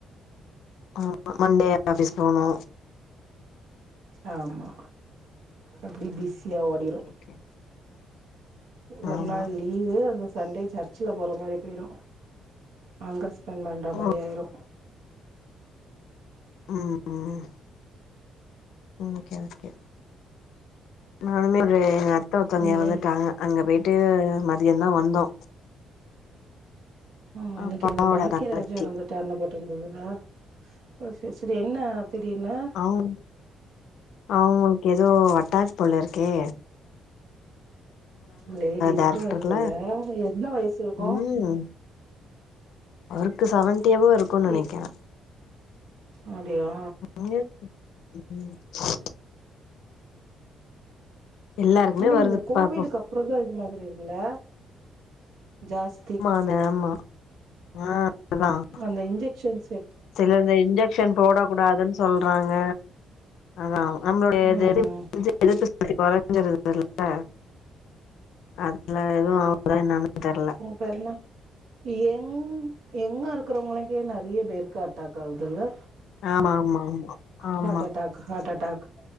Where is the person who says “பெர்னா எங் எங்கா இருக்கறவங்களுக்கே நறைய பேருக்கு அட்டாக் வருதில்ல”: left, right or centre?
Right